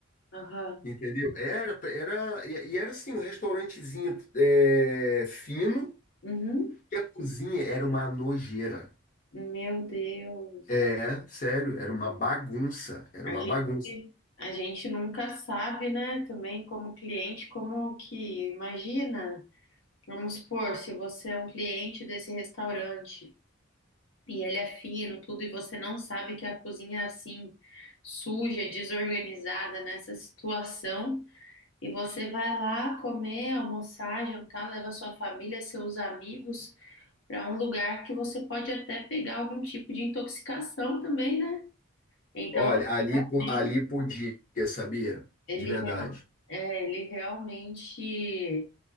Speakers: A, on the left; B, on the left.
A: Aham.
B: entendeu? Era, era, e e era assim, um restaurantezinho é, fino,
A: Uhum.
B: e a cozinha era uma nojeira.
A: Meu Deus.
B: É, sério, era uma bagunça, era
A: A
B: uma
A: gente,
B: bagunça.
A: a gente nunca sabe, né? Também como cliente, como que imagina. Vamos supor, se você é um cliente desse restaurante e ele é fino, tudo, e você não sabe que a cozinha é assim, suja, desorganizada nessa situação, e você vai lá comer, almoçar, jantar, leva sua família, seus amigos para um lugar que você pode até pegar algum tipo de intoxicação também, né? Então,
B: Olha, ali,
A: realmente.
B: po- ali podia, sabia?
A: Ele,
B: De verdade.
A: rea- é, ele realmente